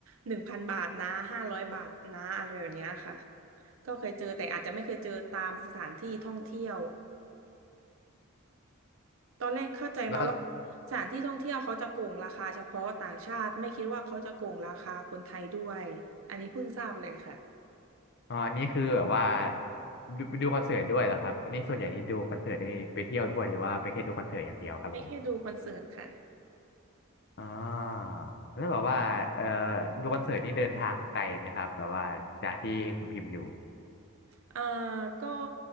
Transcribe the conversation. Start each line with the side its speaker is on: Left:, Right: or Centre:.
Right: หนึ่งพันบาทนะห้าร้อยบาทนะอะไรแบบเนี้ยค่ะก็เคยเจอแต่อาจจะไม่เคยเจอตามสถานที่ท่องเที่ยวตอนแรกเข้าใจมาว่า
Left: แล้ว
Right: สถานที่ท่องเที่ยวเขาจะโกงราคาเฉพาะต่างชาติไม่คิดว่าเขาจะโกงราคาคนไทยด้วยอันนี้เพิ่งทราบเลยค่ะ
Left: อ๋ออันนี้คือแบบว่าดูไปดูคอนเสิร์ตด้วยเหรอครับอันนี้ส่วนใหญ่นี้ดูคอนเสิร์ตได้ไปเที่ยวด้วยหรือว่าไปแค่ดูคอนเสิร์ตอย่างเดียวครับผม
Right: ไปแค่ดูคอนเสิร์ตค่ะ
Left: อ่าแล้วแบบว่าเอ่อดูคอนเสิร์ตนี่เดินทางไกลไหมครับแบบว่าจากที่คุณพิมพ์อยู่
Right: เอ่อก็